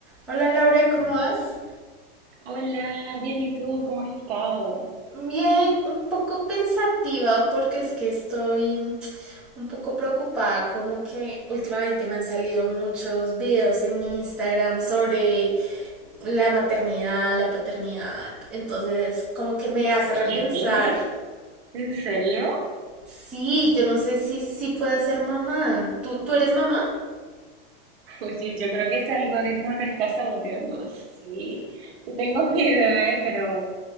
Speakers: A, in the centre; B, on the right (about 80°).
A: Hola Laura, ¿cómo vas?
B: Hola, bien, ¿y tú cómo has estado?
A: Bien, un poco pensativa porque es que estoy un poco preocupada, como que últimamente me han salido muchos videos en Instagram sobre la maternidad, la paternidad, entonces como que me hace repensar.
B: ¿Qué? ¿En serio?
A: Sí, yo no sé si si pueda ser mamá. ¿Tú tú eres mamá?
B: Oye, yo creo que este algoritmo te está saboteando. Sí, yo tengo <laughs> mi bebé, pero